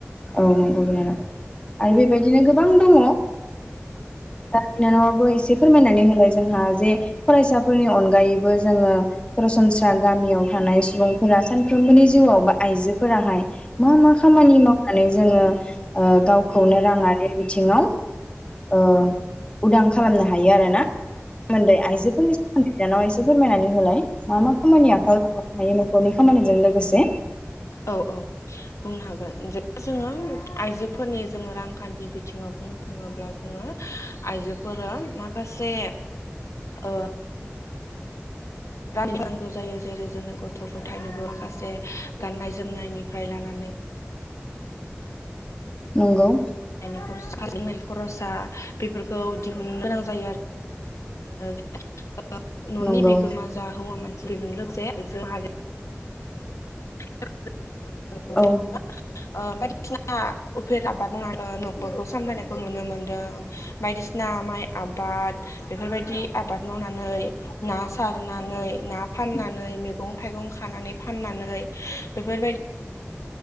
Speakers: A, on the left; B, on the left.
A: औ नंगौ बिनानाव आरो बेबायदिनो गोबां दङ दा बिनानावआ बो एसे फोरमायनानै होलाय जोंहा जे फरायसाफोरनि अनगायैबो जोङो सरासनस्रा गामियाव थानाय सुबुंफोरा सानफ्रोमबोनि जिउआव बा आइजोफोराहाय मा मा खामानि माव नानै जोङो ओ गावखौनो राङारि बिथिङाव ओ उदां खालामनो हायो आरोना सोमोन्दै आइजोफोरनि सोमोन्दै बिनानावा एसे फोरमायनानै होलाय मा मा खामानि आखायाव लानो हायो नखरनि खामानिजों लोगोसे
B: औ औ बुंनो हागोन जेब्ला जोङो आइजोफोरनि जोङो रांखान्थि बिथिङाव बुंनो थाङोब्ला जोङो आइजोफोरा माखासे ओ रा नांगौ जायो जेरै जोङो गथ' गथायनोबो माखासे गाननाय जोमनायनिफ्राय लानानै
A: नंगौ
B: <unintelligible> खरसा लोंनायनि खरसा बेफोरखौ दिहुननो गोनां जायो आरो ओ ओ न'नि
A: नंगौ
B: बिगोमा जा हौवा मानसि बेजों लोगोसे आइजो माहारिया आबो <unintelligible>
A: औ
B: ओ बायदिसिना उफेरा आबाद मावनानै न'खरखौ सामलायनायखौ नुनो मोनदों बायदिसिना माइ आबाद बेफोरबायदि आबाद मावनानै ना सारनानै ना फाननानै मैगं थाइगं खानानै फाननानै बेफोरबायदि